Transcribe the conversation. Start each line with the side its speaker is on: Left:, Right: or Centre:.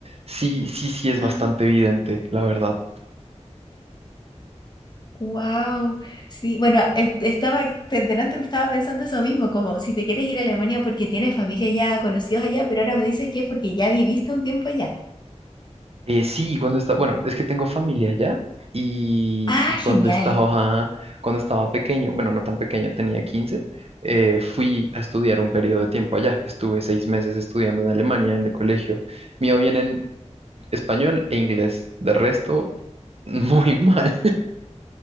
Right: sí, sí, sí es
Left: Ajá.
Right: bastante evidente, la verdad.
Left: Wow. Sí, bueno, em- estaba, delante me estaba pensando eso mismo, como si te quieres ir a Alemania porque tienes familia allá conocidos allá, pero ahora me dices que es porque ya viviste un tiempo allá.
Right: Eh, sí, cuando estaba, bueno, es que tengo familia allá y,
Left: Ah,
Right: y cuando
Left: genial.
Right: estaba, cuando estaba pequeño, bueno, no tan pequeño, tenía quince eh, fui a estudiar un periodo de tiempo allá. Estuve seis meses estudiando en Alemania, en el colegio. Mío bien en español e inglés, de resto, <laughs> muy mal.